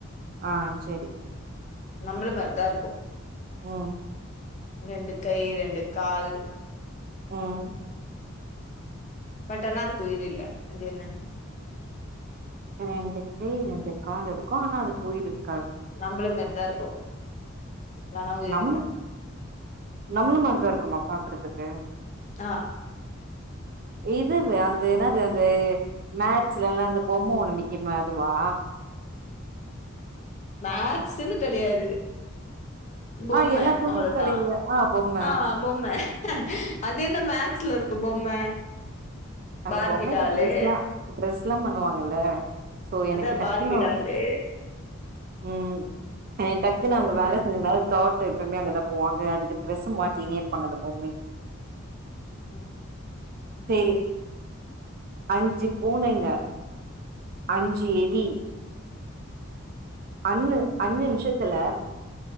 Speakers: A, on the right; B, on the left.
A: ஆ சேரி
B: நம்ள மார்தா இருக்கு
A: ம்
B: ரெண்டு கை ரெண்டு கால்
A: ம்
B: பட் ஆனா அதுக்கு உயிரில்ல அது என்ன
A: ரெண்டு கை ரெண்டு கால் இருக்கு ஆனா அதுக்கு உயிர் இருக்
B: நம்மள மாரி இதா இருக்கு ஆனா உயிர்
A: நம்மள
B: இல்ல
A: நம்மள மார்தா இருக் க்குமா பாக்குறதுக்கு
B: ஆ
A: இதுவே அந்த என்னது அந்த மேக்சுலெல்ல அந்த பொம்ம ஒண்ணு நக்குமே அதுவா
B: மேக்ஸ்சுன்னு கெடையாது பொம்ம
A: ஆ எல்லா துணி
B: அவ்ளோதா
A: கடையில ஆ பொம்ம
B: ஆ பொம்ம அது என்ன மேக்ஸ்ல இருக்கு பொம்ம
A: அந்த
B: பார்பி
A: பொம்மைக்கு
B: டாலு
A: டிரெஸ்ல்லா டிரெஸ்ல்லாம் பண்ணுவாங்கல்ல சோ எனக்கு
B: அதா
A: டக்குன்னோ
B: பார்பி டாலு
A: ம் அ டக்கு
B: பொம்ம
A: அங்க வேலை செய்யிறாள் தாட் எப்பவுமே அங்கதா போவாங்க அதுக்கு ட்ரெஸ்சு மாத்திகினே இருப்பாங்க அந்த பொம்மக்கி
B: ம்
A: சேரி அஞ்சு பூனைங்க அஞ்சு எலி அன்னு அஞ்சு நிம்ஷத்துல